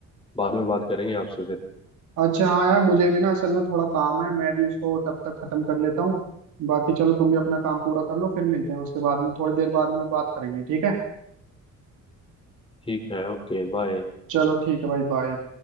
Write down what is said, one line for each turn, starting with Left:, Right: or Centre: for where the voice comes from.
Left: बाद में बात करेंगे आपसे फिर
Right: अच्छा हाँ यार मुझे भी ना असल में थोड़ा काम है मैं भी उसको तब तक खत्म कर लेता हूँ बाकी चलो तुम भी अपना काम पूरा कर लो फिर मिलते हैं उसके बाद में थोड़ी देर बाद में बात करेंगे ठीक है
Left: ठीक है ओके बाय
Right: चलो ठीक है भाई बाय